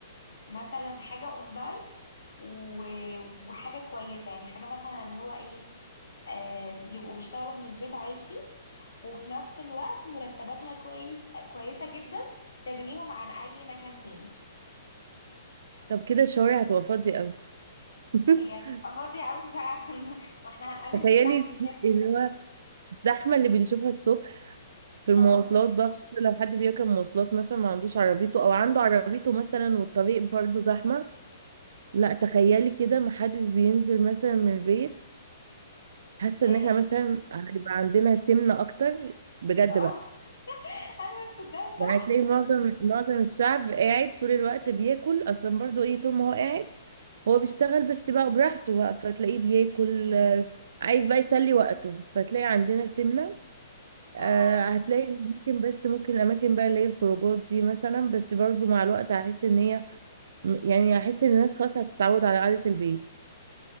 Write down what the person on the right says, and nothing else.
طب كده الشوارع هتبقى فاضيه قوي <laughs>
تخيلي
الجزء
اللي هو الزحمه اللي بنشوفها الصبح في المواصلات
بقى خصوصا لو حد بيركب مواصلات مثلا ما عندوش عربيته او عنده عربيته مثلا والطريق برضو زحمه لا تخيلي كده ما حدش بينزل مثلا من البيت حاسه
ان احنا مثلا هيبقى عندنا سمنه اكتر بجد
بقى
يعني
تلاقي معظم معظم الشعب قاعد طول الوقت بياكل اصلا برضو ايه طول ما هو قاعد هو بيشتغل بس بقى براحته بقى فتلاقيه بياكل آه، عايز بقى يسلي وقته فتلاقي عندنا سمنة آه،
هتلاقي ممكن بس ممكن الاماكن بقى اللي هي الخروجات دي مثلا بس برضو مع الوقت هحس ان هي يعني هحس ان الناس خلاص هتتعود على قعدة البيت